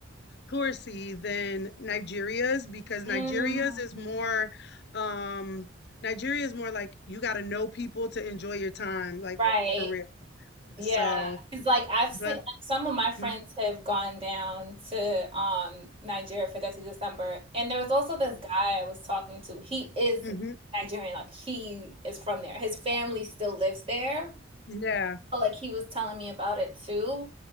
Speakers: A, on the left (about 55°); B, on the right (about 30°).
A: touristy than Nigeria's because Nigeria's
B: Mm,
A: is more. um Nigeria is more like you got to know people to enjoy your time, like
B: right.
A: for real.
B: Yeah.
A: So,
B: It's like I've
A: but
B: seen like some of my friends
A: mhm,
B: have gone down to um Nigeria for 30 December. And there was also this guy I was talking to. He is
A: mhm,
B: Nigerian, like he is from there. His family still lives there.
A: yeah.
B: felt like he was telling me about it too.